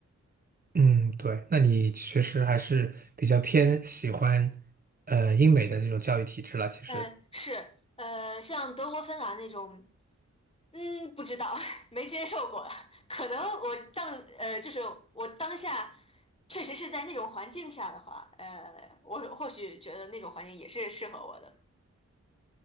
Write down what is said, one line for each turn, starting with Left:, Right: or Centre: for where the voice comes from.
Right: 嗯，对，那你确实还是比较偏喜欢呃英美的这种教育体制了，其实。
Left: 嗯，是，呃，像德国、芬兰那种。嗯，不知道，<laughs> 没接受过。可能我当呃，就是我当下确实是在那种环境下的话，呃，我或许觉得那种环境也是适合我的。